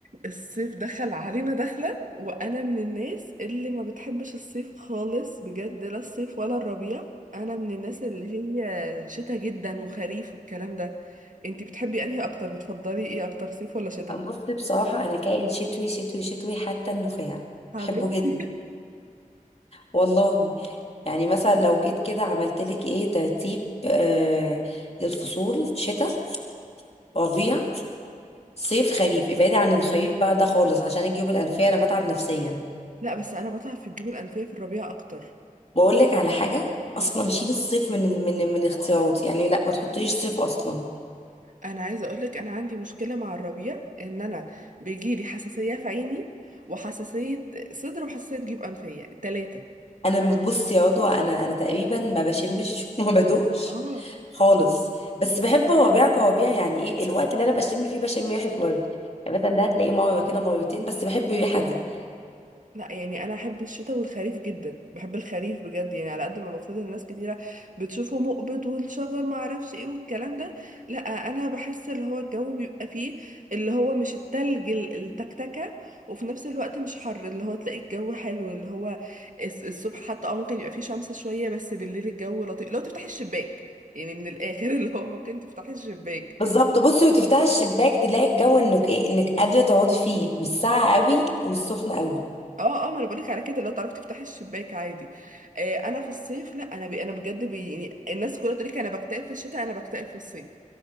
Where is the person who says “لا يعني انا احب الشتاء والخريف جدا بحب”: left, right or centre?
Right